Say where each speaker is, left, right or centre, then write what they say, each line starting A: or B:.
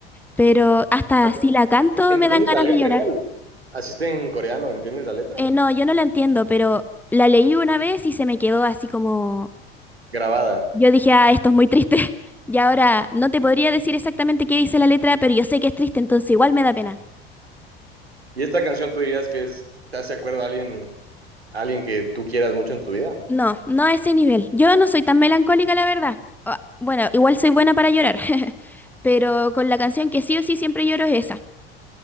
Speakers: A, in the centre; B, on the right.
A: pero hasta
B: Pero
A: si la canto
B: ¿Entiendes
A: me dan ganas
B: la letra
A: de llorar.
B: igual? Así está en coreano, ¿entiendes la letra?
A: Eh, no, yo no la entiendo, pero la leí una vez y se me quedó así como...
B: grabada.
A: Yo dije, ah, esto es muy triste. <laughs> Y ahora no te podría decir exactamente qué dice la letra, pero yo sé que es triste, entonces igual me da pena.
B: Y esta canción tú dirías que es, te hace acuerdo a alguien, a alguien que tú quieras mucho en tu vida.
A: No, no a ese nivel. Yo no soy tan melancólica, la verdad. Ah, Bueno, igual soy buena para llorar, <laughs> pero con la canción que sí o sí siempre lloro es esa.